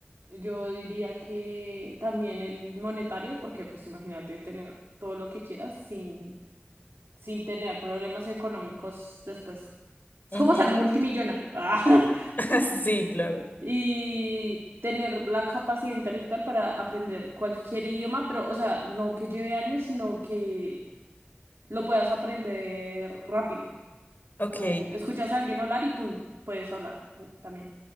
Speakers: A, on the right (about 80°); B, on the left (about 50°).
A: Yo diría que también el monetario, porque pues imagínate tener todo lo que quieras sin, sin tener problemas económicos después. Es
B: Ujú.
A: como ser multimillonario. <laughs> Ah,
B: <laughs> Sí, claro.
A: Y tener la capacidad intelectual para aprender cualquier idioma, pero o sea, no que lleve años, sino que lo puedas aprender rápido.
B: Ok,
A: Como escuchas a alguien hablar y pum, puedes hablar tú también.